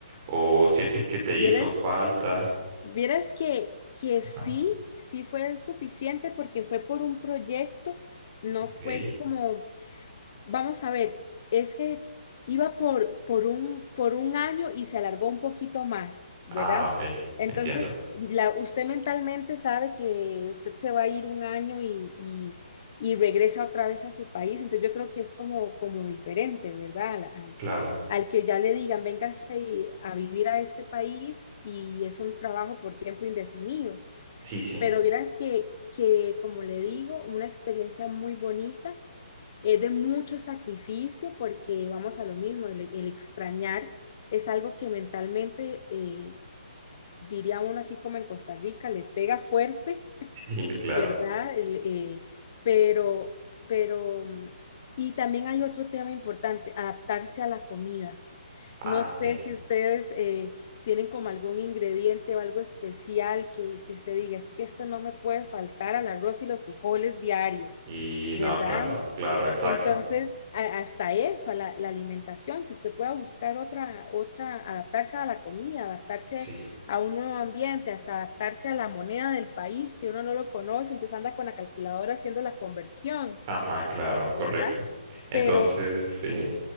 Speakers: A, on the right; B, on the left.
A: ¿O sientes que te
B: Vieras,
A: hizo falta?
B: vieras que, que
A: Ajá,
B: sí, sí fue suficiente porque fue por un proyecto, no
A: ok.
B: fue como Vamos a ver, es que iba por, por un, por un año y se alargó un poquito más, ¿verdad?
A: Ah, ok,
B: Entonces,
A: entiendo.
B: la, usted mentalmente sabe que usted se va a ir un año y, y- y regresa otra vez a su país, entonces yo creo que es como, como diferente, ¿verdad? Al, al-
A: Claro.
B: al que ya le digan, véngase a vivir a este país y es un trabajo por tiempo indefinido.
A: Sí, sí,
B: Pero vieras que, que, como le digo, una experiencia muy bonita es de mucho sacrificio porque vamos a lo mismo, el, el extrañar es algo que mentalmente, eh, diría uno aquí como en Costa Rica, le pega fuerte,
A: <laughs> sí, claro.
B: ¿verdad? El, eh, pero, pero, mm, y también hay otro tema importante, adaptarse a la comida.
A: Ah,
B: No sé
A: sí.
B: si ustedes eh, tienen como algún ingrediente o algo especial que, que usted diga, es que esto no me puede faltar al arroz y los frijoles diarios,
A: Y
B: ¿verdad?
A: no, claro, claro, exacto.
B: Entonces, a- hasta eso, a la, la alimentación, que usted pueda buscar otra, otra, adaptarse a la comida, adaptarse
A: Sí.
B: a un nuevo ambiente, hasta adaptarse a la moneda del país, que uno no lo conoce, entonces anda con la calculadora haciendo la conversión,
A: Ajá, claro, correcto.
B: ¿verdad?
A: Entonces,
B: Pero
A: sí.